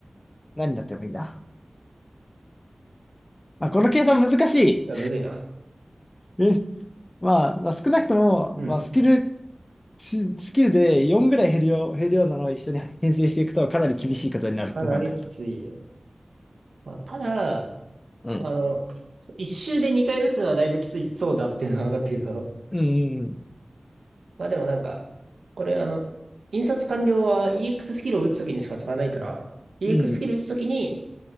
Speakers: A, on the left; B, on the right.
A: 何になってもいいな。まあ、この計算難しい。
B: いやむずいな。
A: ねまあ、まあ、少なくとも、
B: うん。
A: まあ、スキル、ススキルで4ぐらい減るよう、減るようなのを一緒に編成していくとかなり厳しいことになるってのが分かった。
B: かなりきついね。まあ、ただ、
A: うん
B: あの、そ一周で2回打つのはだいぶきついそうだっていうのは分かったけど、
A: うんうんうん。
B: <laughs> まあでもなんか、これあの、引率完了は EX ススキルを打つときにしか使わないから、EX
A: うん
B: ススキル打つときに